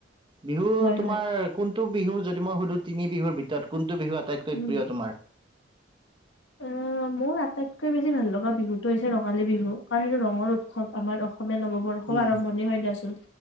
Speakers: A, on the right (about 25°); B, on the left (about 80°).
A: বিহু
B: হয়
A: তোমাৰ
B: হয়
A: কোনটো বিহু যদি মই সুধো তিনি বিহুৰ ভিতৰত কোন বিহু আটাইতকৈ
B: উম
A: প্ৰিয় তোমাৰ
B: অ মোৰ আটাইতকৈ বেছি ভাল লগা বিহুতটো হৈছে ৰঙালী বিহু কাৰণ সেইটো ৰঙৰ উৎসৱ আমাৰ অসম অসমীয়া নৱবৰ্ষও
A: উম
B: আৰম্ভণি হয় দিয়াচোন